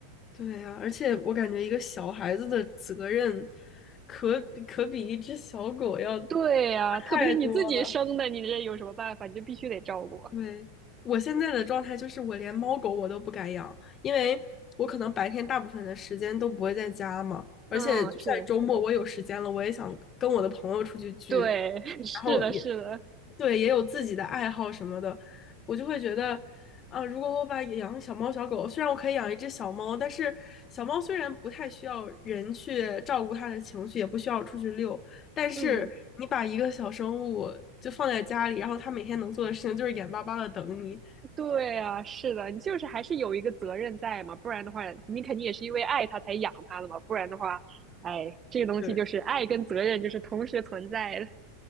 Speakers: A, on the left; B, on the right.
A: 对呀，而且我感觉一个小孩子的责任可，可比一只小狗要大
B: 对呀，特别是你自己生的，
A: 太多了。
B: 你这有什么办法？你就必须得照顾。
A: 对，我现在的状态就是，我连猫狗我都不敢养，因为我可能白天大部分的时间都不会在家嘛，
B: 嗯，
A: 而且就算周末我有时间了，
B: 是，
A: 我也想跟我的朋友出去聚，
B: 对，<laughs> 是的，
A: 然后也
B: 是的，
A: 对，也有自己的爱好什么的，我就会觉得，啊，如果我把养小猫小狗，虽然我可以养一只小猫，但是小猫虽然不太需要人去照顾它的情绪，也不需要出去遛，但是你把一个小生物就放在家里，
B: 嗯。
A: 然后它每天能做的事情就是眼巴巴的等你，
B: 对啊，是的，你就是还是有一个责任在嘛，不然的话，你肯定也是因为爱他才养他的嘛，不然的话，哎，这个东西就是爱跟责任就是同时存在的。
A: 对。